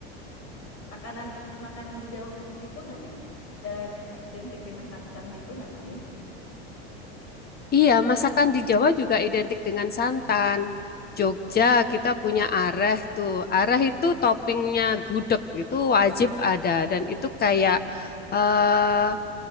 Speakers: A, on the left; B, on the left.
A: Makanan makanan di Jawa gitu nggak sih? Ada yang identik dengan santan gitu nggak sih?
B: Iya, masakan di Jawa juga identik dengan santan. Jogja kita
A: Hmm.
B: punya areh tuh. Areh itu toppingnya
A: Ah,
B: gudeg itu wajib ada dan itu kayak eh,